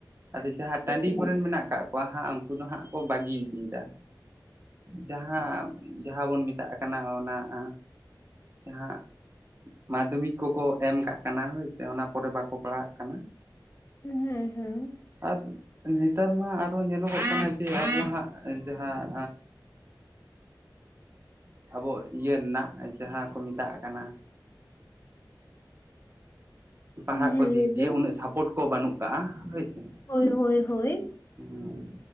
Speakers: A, on the right; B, on the left.
A: ᱟᱫᱚ ᱡᱟᱦᱟᱸᱭ
B: ᱦᱳᱭ
A: ᱴᱟᱺᱰᱤ ᱠᱚᱨᱮᱱ ᱢᱮᱱᱟᱜ ᱠᱟᱜ ᱠᱚᱣᱟ ᱦᱟᱸ ᱩᱱᱠᱩ ᱫᱚ ᱦᱟᱸᱜ ᱠᱚ ᱵᱟᱹᱜᱤ ᱤᱫᱤᱭᱮᱫᱟ ᱡᱟᱦᱟᱸ ᱡᱟᱦᱟᱸ ᱵᱚᱱ ᱢᱮᱛᱟᱜ ᱠᱟᱱᱟ ᱚᱱᱟ ᱟᱸ ᱡᱟᱦᱟᱸ ᱢᱟᱫᱽᱫᱷᱚᱢᱤᱠ ᱠᱚᱠᱚ ᱮᱢ ᱠᱟᱜ ᱠᱟᱱᱟ ᱦᱳᱭᱥᱮ ᱚᱱᱟ ᱯᱚᱨᱮ ᱵᱟᱠᱚ ᱯᱟᱲᱦᱟᱜ ᱠᱟᱱᱟ।
B: ᱦᱩᱸ ᱦᱩᱸ
A: ᱟᱨ ᱱᱮᱛᱟᱨ ᱢᱟ ᱟᱨᱚ ᱧᱮᱞᱚᱜᱚᱜ ᱠᱟᱱᱟ ᱡᱮ ᱟᱵᱚ ᱦᱟᱸᱜ ᱡᱟᱦᱟᱸᱼᱼ ᱟᱵᱚ ᱤᱭᱟᱹ ᱱᱟᱜ ᱡᱟᱦᱟᱸ ᱠᱚ ᱢᱮᱛᱟᱜ ᱠᱟᱱᱟᱼᱼ ᱯᱟᱲᱦᱟᱜ
B: ᱦᱮᱸ
A: ᱠᱚ ᱫᱤᱠ
B: ᱞᱟᱹᱭ
A: ᱫᱤᱭᱮ
B: ᱵᱤᱱ
A: ᱩᱱᱟᱹᱜ ᱥᱟᱯᱳᱨᱴ ᱠᱚ ᱵᱟᱹᱱᱩᱜ ᱠᱟᱜᱼᱟ ᱦᱳᱭᱥᱮ।
B: ᱦᱳᱭ ᱦᱳᱭ ᱦᱳᱭ
A: ᱦᱩᱸ